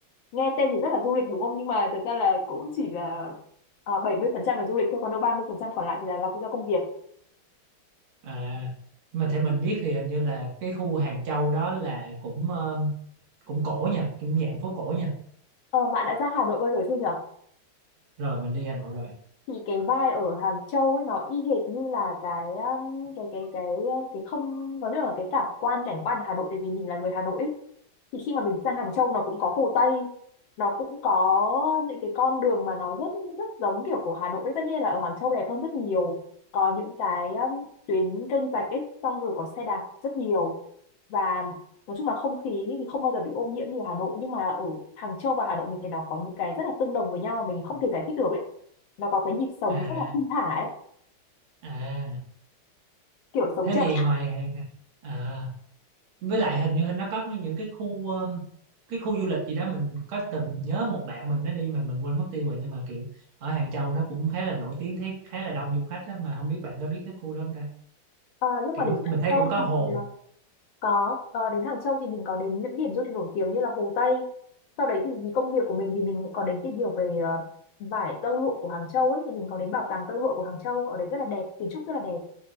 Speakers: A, on the left (about 70°); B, on the right (about 75°).
A: nghe tên thì rất là du lịch đúng không nhưng mà thật ra là cũng chỉ là ờ, 70% là du lịch thôi còn đâu 30% còn lại thì là lo do công việc
B: À, mà theo mình biết thì hình như là cái khu Hàng Châu đó là cũng ờ, cũng cổ nha, cũng dạng phố cổ nha.
A: Ờ, bạn đã ra Hà Nội bao giờ chưa nhỉ?
B: Rồi mình đi Hà Nội rồi.
A: thì cái vai ở Hàng Châu ấy nó y hệt như là cái um, cái cái cái cái không có nghĩa là cái cảm quan cảnh quan ở Hà Nội tại vì mình là người Hà Nội ấy. Thì khi mà mình sang Hàng Châu nó cũng có Hồ Tây nó cũng có những cái con đường mà nó rất rất giống kiểu của Hà Nội ấy. tất nhiên là ở Hàng Châu đẹp hơn rất nhiều có những cái um, tuyến kênh rạch ấy xong rồi có xe đạp rất nhiều và nói chung là không khí thì không bao giờ bị ô nhiễm như ở Hà Nội nhưng mà ở Hàng Châu và Hà Nội mình thấy nó có những cái rất là tương đồng với nhau mà mình không thể giải thích được ấy nó có cái nhịp sống
B: À
A: rất là thong thả ấy
B: à
A: kiểu sống
B: thế
A: chậm
B: thì ngoài à, với lại hình như nó có mấy những cái khu um, cái khu du lịch gì đó mình có từng nhớ một bạn mình nó đi mà mình quên mất tiêu rồi nhưng mà kiểu ở Hàng Châu nó cũng khá là nổi tiếng thấy khá là đông du khách á, mà không biết bạn có biết cái khu đó không ta
A: Ờ, lúc
B: kiểu
A: mà đến Hàng
B: mình thấy
A: Châu
B: cũng có hồ
A: thì ờ, có ờ, đến Hàng Châu thì mình có đến những điểm du lịch nổi tiếng như là Hồ Tây sau đấy thì vì công việc của mình thì mình cũng có đến tìm hiểu về ờ, vải tơ lụa của Hàng Châu ấy thì mình có đến bảo tàng tơ lụa của Hàng Châu ở đấy rất là đẹp kiến trúc rất là đẹp